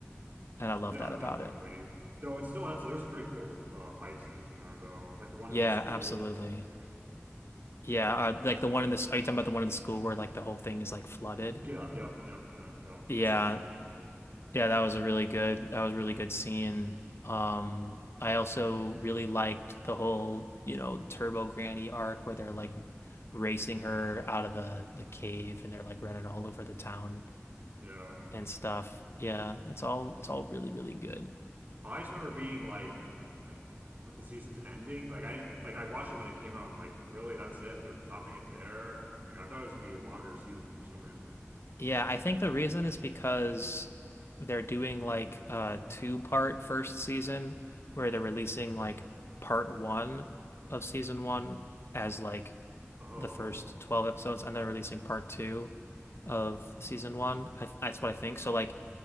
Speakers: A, on the left; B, on the right.
A: And I love
B: Yeah,
A: that about
B: definitely.
A: it.
B: Though it still has there's some pretty cool uh fight scenes in there though. Like the one
A: Yeah,
B: in the school.
A: absolutely.
B: <laughs>
A: Yeah, uh, like the one in this are you talking about the one in the school where like the whole thing is like flooded?
B: Yeah, yep, yep. That, yeah,
A: Yeah.
B: that's the main one.
A: Yeah, that was a really good that was a really good scene. Um I also really liked the whole, you know, Turbo Granny arc where they're like racing her out of the the cave and they're like running all over the town.
B: Yeah.
A: and stuff. Yeah, that's all it's all really, really good.
B: I just remember being like like but the season's ending. Like I didn't like I watched it when it came out and like really that's it. They're stopping it there. Like I thought it was gonna be a longer season for some reason.
A: Yeah, I think the reason is because they're doing like a two-part first season where they're releasing like part one of season one as like
B: Oh,
A: the first 12 episodes and they're releasing part two of season one. I, that's what I think. So like